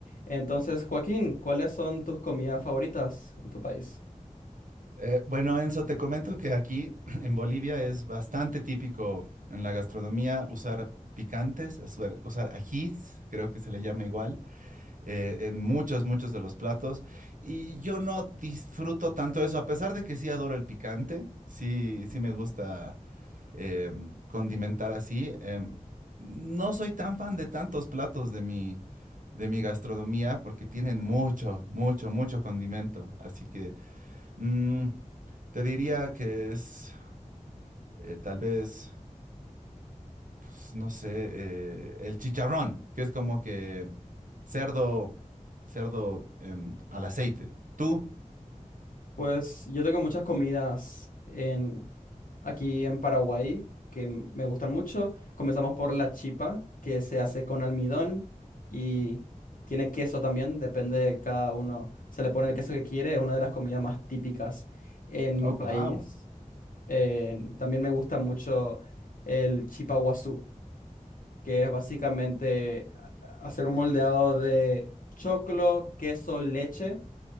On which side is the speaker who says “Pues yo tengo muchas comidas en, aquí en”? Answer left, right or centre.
Left